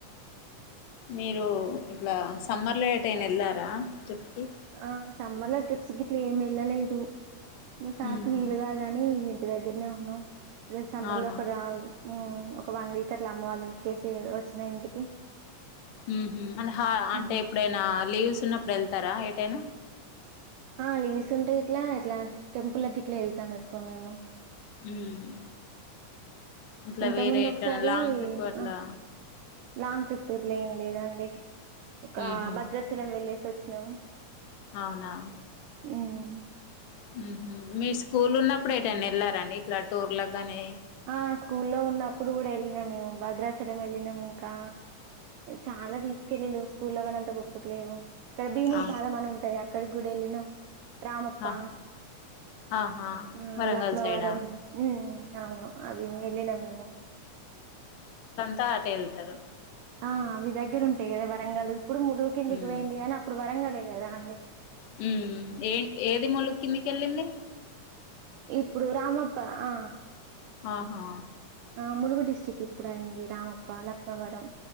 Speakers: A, on the left; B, on the right.
A: మీరు ఇట్లా సమ్మర్లో ఏటైనా వెళ్ళారా ట్రిప్ కి
B: ఆ సమ్మర్ లో ట్రిప్స్ గిట్లా ఏమి ఏళ్ళలేదు నా సార్కి
A: ఉహు
B: వీలు కాదని ఇంటి దగ్గరనే ఉన్నాం ఇలా సమ్మర్
A: అవునా
B: లో ఒక రావు ఉమ్ ఉమ్ ఒక వన్ వీక్ అట్లా అమ్మ వాలి ఇంటికేసి వచ్చినా ఇంటికి
A: ఉహుం అంటే హ అంటే
B: ఉ
A: ఎప్పుడైనా లీవ్స్ ఉన్నప్పుడు వెళ్తారా ఏటైనా
B: ఆ లీవ్స్ ఉంటే గిట్లా ఇట్లా టెంపుల్ గిట్లా వెళ్తాం ఎక్కువ మేము
A: ఉమ్ ఇట్లా
B: ఇంత
A: వేరే
B: ముందు
A: ఎట్లానా
B: ఒకసారి
A: లాంగ్ ట్రిప్ అట్లా
B: ఆ లాంగ్ ట్రిప్లే ఇప్పుడేం లేదాండి ఒక
A: ఉహు
B: భద్రాచలం వెళ్ళేసి వచ్చినాము
A: అవునా
B: ఉమ్
A: హ్మ్ హు మీ స్కూల్ ఉన్నప్పుడు ఏటన్న వెళ్లార అండి ఇట్లా టూర్లకి కానీ
B: ఆ స్కూల్లో ఉన్నప్పుడు కూడా వెళ్ళినా మేము భద్రాచలం వెళ్ళినాము ఇం ఇంకా చాలా తీసుకెళ్ళిళ్ళు స్కూల్లో కాని అంత గుర్తుకు లేవు ఇక్కడ భీముని
A: ఆ
B: పాదం అని ఉంటది అక్కడ కి గూడ ఎల్లినం రామప్ప
A: ఆ ఆహా
B: మ్మ్
A: వరంగల్
B: లక్నవరం
A: సైడా
B: మ్మ్ అవును అ మేము ఎల్లినం మేము
A: త అటే ఎళ్తారు
B: ఆ అవి దగ్గర ఉంటాయి కదా వరంగలు ఇప్పుడు ములుగు కిందికి
A: మ్మ్
B: పోయింది గానీ అప్పుడు వరంగలే కదా అన్నీ
A: హ్మ్ ఎన్ ఏది ములుక్కిిందికెళ్ళింది
B: ఇప్పుడు రామప్ప ఆ
A: ఆహా
B: ఆ ములుగు డిస్టిక్ ఇప్పుడు అయింది రామప్ప లక్నవరం